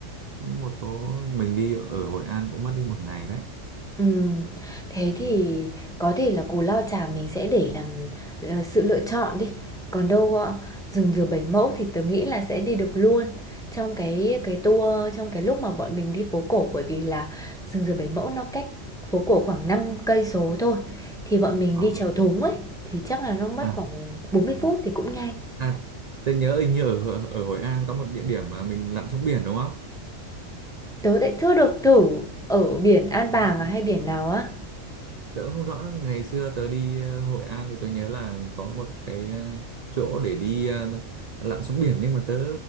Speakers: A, on the right; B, in the centre.
A: cũng một số mình đi ở Hội An cũng mất đi một ngày đấy
B: Ừm, thế thì
A: Ừ.
B: có thể là cù lao chàm mình sẽ để làm là sự lựa chọn đi, còn đâu, ơ, rừng dừa Bảy Mẫu thì tớ nghĩ là sẽ đi được luôn trong cái cái tour trong cái lúc mà bọn mình đi phố cổ. Bởi vì là rừng dừa Bảy Mẫu nó cách phố cổ khoảng 5 cây số thôi, thì bọn mình
A: ờ.
B: đi chèo thúng ấy, thì chắc là nó mất
A: à.
B: khoảng bốn mươi
A: ừ.
B: phút thì cũng nhanh.
A: à tôi nhớ hình như ở ở Hội An có một địa điểm mà mình lặn xuống biển đúng không
B: Tớ lại chưa được thử ở biển An
A: Ừ.
B: Bàng à hay biển nào á.
A: tớ cũng không rõ nữa ngày xưa tớ đi ờ, Hội An thì tôi nhớ là có một cái ờ, chỗ để đi ờ, lặn xuống biển nhưng mà tớ